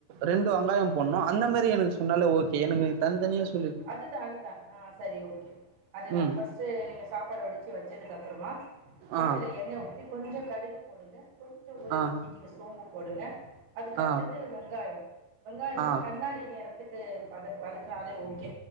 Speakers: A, on the right (about 85°); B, on the right (about 70°).
A: ரெண்டு வெங்காயோ போண்ணு அந்த மேரி எனக்கு சொ சொன்னாலே ஓகே எனக்கு தனி தனியா சொ
B: அதுதா அதுதா ஆ சரி ஓ அதுதான்
A: ம்.
B: பர்ஸ்ட் நீங்க சாப்பாடு வடிச்சு வச்சதுக்கு அப்புறம் அப்புறமா கடாய்
A: ஆ,
B: எண்ணெய ஊற்றி கொஞ்சம் கடுகு போடுங்க கொஞ்சம் ஒரே
A: ஆ,
B: ஒரு சிட்டிகை சோம்பும் போடுங்க அதுக்கு
A: ஆ,
B: அடுத்தது வெங்காய வெங்காய வந்து
A: ஆ,
B: கண்ணாடி நிறத்து க்கு வதுக்கறோம் தோழி ஓகே